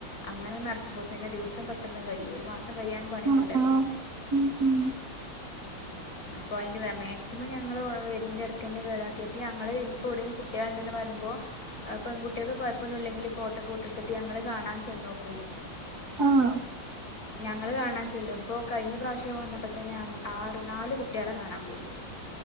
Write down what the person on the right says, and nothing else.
ആഹ് ആഹ് ഉം ഉം
ആഹ്